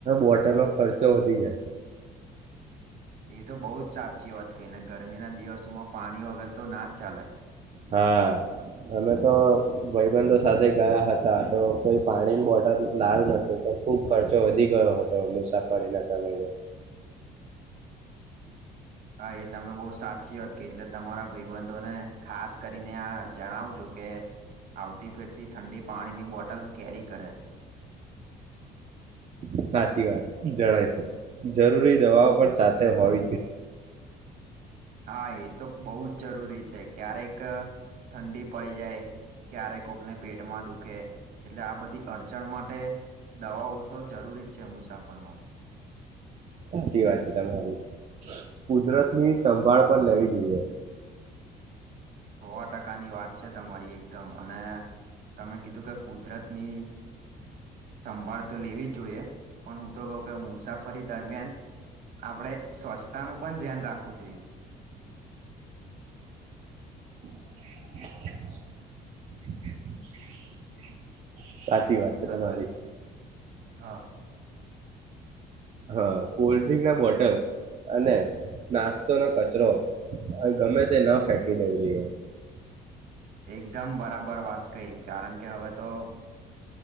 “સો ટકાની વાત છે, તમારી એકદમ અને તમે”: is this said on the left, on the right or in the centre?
Right